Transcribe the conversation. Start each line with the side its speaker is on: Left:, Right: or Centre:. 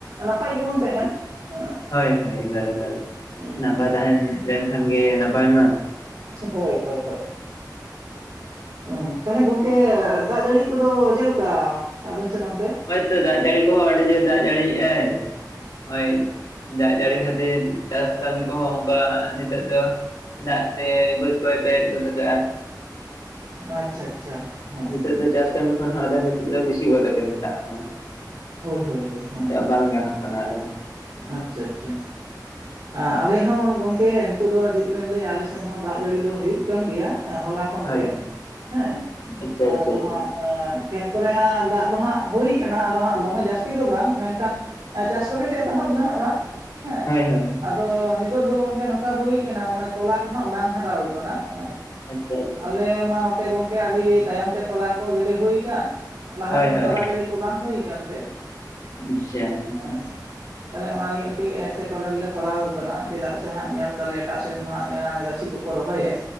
Right: ᱱᱟᱯᱟᱭ ᱜᱮᱵᱚᱱ ᱛᱟᱦᱮᱱ᱾ ᱦᱮᱸ
Left: ᱦᱳᱭ ᱦᱳᱭ ᱮᱠᱟᱞ ᱮᱠᱟᱞ
Right: ᱦᱩᱸ
Left: ᱱᱟᱯᱟᱭ
Right: ᱦᱩᱸ
Left: ᱛᱟᱦᱮᱸ ᱞᱮᱱ ᱠᱷᱟᱱ ᱜᱮ ᱱᱟᱯᱟᱭ ᱢᱟ᱾
Right: ᱦᱳᱭ ᱦᱳᱭ ᱦᱳᱭ᱾ ᱚ ᱛᱟᱦᱚᱞᱮ ᱜᱚᱝᱠᱮ ᱫᱟᱜ ᱡᱟᱹᱲᱤ ᱠᱚ ᱫᱚ ᱪᱮᱫ ᱞᱮᱠᱟ ᱟᱵᱮᱱ ᱥᱮᱱ ᱚᱱᱛᱮ?
Left: ᱦᱳᱭᱛᱚ ᱫᱟᱜ ᱡᱟᱹᱲᱤ ᱠᱚ ᱦᱚᱸ ᱟᱹᱰᱤ ᱡᱳᱨ ᱫᱟᱜ ᱡᱟᱹᱲᱤᱭᱮᱜᱼᱟᱭ ᱦᱳᱭᱼᱼ ᱫᱟᱜ ᱡᱟᱹᱲᱤ ᱠᱷᱟᱹᱛᱤᱨ ᱪᱟᱥ ᱠᱟᱹᱢᱤ ᱠᱚ ᱦᱚᱸ ᱚᱱᱠᱟ ᱱᱤᱛᱚᱜ ᱫᱚ ᱫᱟᱜ ᱛᱮ ᱵᱟᱹᱫ ᱠᱚᱭ ᱯᱮᱨᱮᱡ ᱜᱚᱫ ᱟᱠᱟᱜᱼᱟ᱾
Right: ᱟᱪᱪᱷᱟ ᱟᱪᱪᱷᱟ ᱦᱳᱭ
Left: ᱱᱤᱛᱚᱜ
Right: ᱦᱳᱭ᱾
Left: ᱫᱚ ᱪᱟᱥ ᱠᱟᱹᱢᱤ ᱠᱷᱚᱱ ᱦᱚᱸ ᱟᱫᱚ ᱱᱤᱛᱚᱜ ᱫᱚ ᱵᱤᱥᱤ ᱜᱚᱫ ᱟᱠᱟᱱᱟ ᱫᱟᱜ ᱦᱚᱸ᱾
Right: ᱦᱳᱭ ᱦᱳᱭ ᱦᱳᱭ ᱦᱮᱸ
Left: ᱠᱟ ᱵᱟᱝ ᱜᱟᱱᱚᱜ ᱠᱟᱱᱟ ᱟᱫᱚ
Right: ᱟᱪᱪᱷᱟ ᱟᱪᱪᱷᱟ᱾ ᱟᱞᱮ ᱦᱚᱸ ᱜᱚᱝᱠᱮ ᱱᱤᱛᱳᱜ ᱫᱚ ᱪᱮᱫ ᱵᱮᱱ ᱞᱟᱹᱭᱟ ᱟᱞᱮ ᱥᱮᱱ ᱦᱚᱸ ᱫᱟᱜ ᱡᱟᱹᱲᱤ ᱫᱚ ᱦᱩᱭᱩᱜ ᱠᱟᱱ ᱜᱮᱭᱟ ᱦᱚᱞᱟ ᱠᱷᱚᱱ
Left: ᱦᱳᱭ
Right: ᱜᱮ
Left: ᱦᱳᱭ
Right: ᱦᱮᱸ
Left: ᱟᱪᱪᱷᱟ ᱟᱪᱪᱷᱟ
Right: ᱟᱫᱚ
Left: ᱟᱪᱪᱷᱟ
Right: ᱦᱟᱸᱜ ᱦᱮᱸ ᱠᱷᱮᱛ ᱠᱚᱨᱮ ᱦᱟᱸᱜ ᱫᱟᱜ ᱫᱚ ᱦᱟᱸᱜ ᱦᱩᱭ ᱠᱟᱱᱟ ᱟᱫᱚ ᱦᱟᱸᱜ ᱫᱚ- <unintelligible> ᱡᱟᱹᱥᱛᱤ ᱫᱚ ᱵᱟᱝ ᱢᱮᱱᱠᱷᱟᱱ ᱪᱟᱥ ᱠᱟᱹᱢᱤ ᱫᱚ ᱮᱛᱚᱦᱚᱵ ᱜᱟᱱᱚᱜᱼᱟ ᱦᱮᱸ
Left: ᱦᱳᱭ ᱦᱳᱭ᱾
Right: ᱟᱫᱚ ᱱᱤᱛᱚᱜ ᱫᱚ ᱜᱚᱝᱠᱮ ᱱᱚᱝᱠᱟ ᱦᱩᱭ ᱠᱟᱱᱟ ᱢᱟᱱᱮ ᱛᱚᱞᱟ ᱠᱚ ᱦᱟᱸᱜ ᱵᱟᱝ ᱦᱟᱨᱟᱣ ᱟᱠᱟᱱᱟ ᱦᱮᱸ
Left: ᱟᱪᱪᱷᱟ ᱟᱪᱪᱷᱟ
Right: ᱟᱞᱮ ᱢᱟ ᱱᱚᱛᱮ ᱜᱚᱝᱠᱮ ᱟᱹᱰᱤ ᱛᱟᱭᱚᱢ ᱛᱮ ᱛᱚᱞᱟ ᱠᱚ ᱜᱤᱰᱤ ᱦᱩᱭ ᱟᱠᱟᱱ᱾ ᱞᱟᱦᱟ
Left: ᱦᱳᱭ
Right: ᱛᱮ ᱚᱱᱠᱟ
Left: ᱦᱳᱭ
Right: ᱫᱟᱜ ᱡᱟᱹᱲᱤ ᱠᱚ ᱵᱟᱝ ᱦᱩᱭ ᱟᱠᱟᱱ ᱛᱮ᱾
Left: ᱟᱪᱪᱷᱟ
Right: <unintelligible> ᱛᱟᱦᱚᱞᱮ ᱚᱱᱟ ᱱᱤᱭᱟᱹ ᱠᱟᱹᱴᱤᱡ ᱮᱴᱠᱮᱴᱚᱬᱮ ᱨᱮᱞᱮ ᱯᱟᱲᱟᱣ ᱟᱠᱟᱱᱟ ᱪᱮᱫᱟᱜ ᱥᱮ ᱦᱟᱸᱜ ᱧᱮᱞ ᱫᱟᱞᱮ ᱮᱴᱟᱜ ᱥᱮᱱ ᱢᱟ ᱦᱟᱜ ᱦᱟᱱᱮ ᱜᱟᱹᱪᱷᱤ <unintelligible> ᱠᱚ ᱨᱚᱦᱚᱭ ᱮᱫ᱾